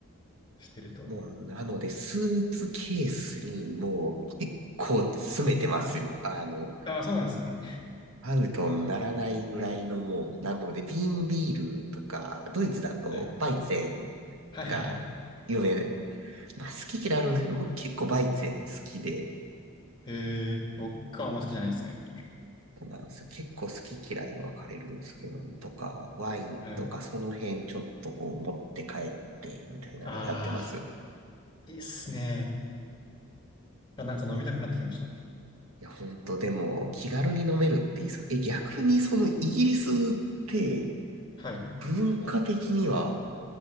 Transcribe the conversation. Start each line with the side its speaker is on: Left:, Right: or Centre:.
Left: してると。
Right: もう、なので、スーツケースにもう結構詰めてますよ。あの、
Left: ああ、そうなんですね。
Right: アウトにならないぐらいのもう、なので、ビーンビールとか、ドイツだとバイゼ
Left: はい。はいはいはい。
Right: ンが有名で、まあ好き嫌いあるんですけど、僕結構バイゼン好きで、
Left: へえ、僕はあんま好きじゃないですね。
Right: そうなんですよ。結構好き嫌い分かれるんですけど、とか、ワインとか、
Left: はい。
Right: その辺ちょっとこう持って帰って、みたいなのやってます。
Left: ああ、いいっすね。あ、なんか飲みたくなってきました。
Right: いや、ほんと、でも、気軽に飲めるっていいっすね。え、逆にそのイギリスって、
Left: はい。
Right: 文化的には